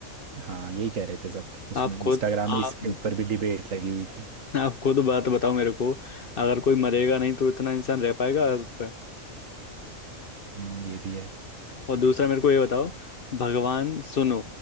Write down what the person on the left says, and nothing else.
आप खुद
आप
आप खुद बात बताओ मेरे को अगर कोई मरेगा नहीं तो इतना इंसान रह पाएगा अर्थ पे
और दूसरा मेरे को ये बताओ भगवान सुनो